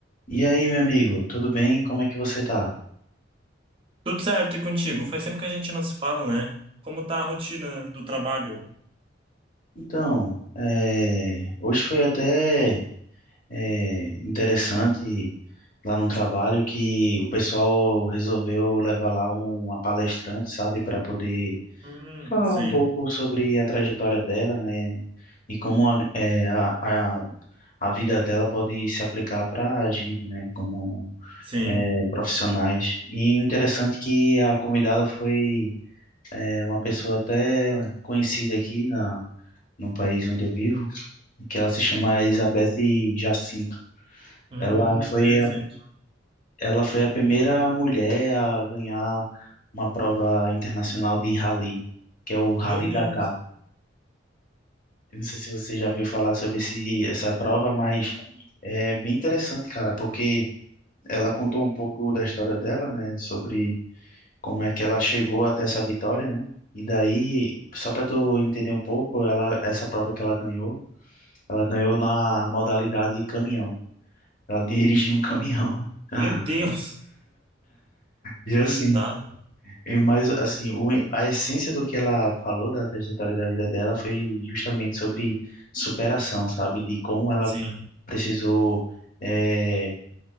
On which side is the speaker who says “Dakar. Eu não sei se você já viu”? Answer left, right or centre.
Left